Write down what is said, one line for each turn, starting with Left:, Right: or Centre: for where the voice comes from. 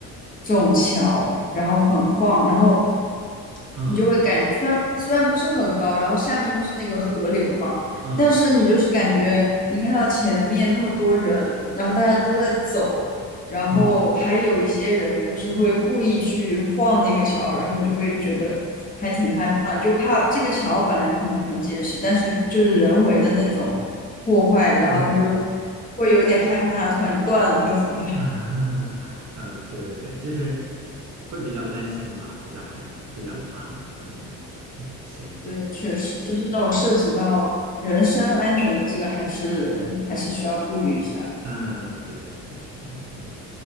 Left: 这种桥，然后很晃，然后
Right: 嗯嗯
Left: 你就会感觉虽然虽然不是很高，然后下面就是那个河流嘛，
Right: 嗯
Left: 但是你就是感觉你看到前面那么多人，然后大家都在走，然后还有一些人就是会故意去晃那个桥，
Right: 嗯
Left: 然后就会觉得还挺害怕，就怕这个桥本来可能很结实，但是就是人为的那种破坏，然后他就
Right: 嗯嗯嗯，
Left: 会有点害怕它突然断了会怎么
Right: <laughs> 嗯，对对对，就是会比较担心吧，比较害怕比较怕了。嗯嗯，嗯行，
Left: 对，
Right: 嗯
Left: 确实，就是这种涉及到人身安全的这个，
Right: 嗯
Left: 还是还是需要顾虑一下的
Right: 嗯嗯，对对对，是的，嗯。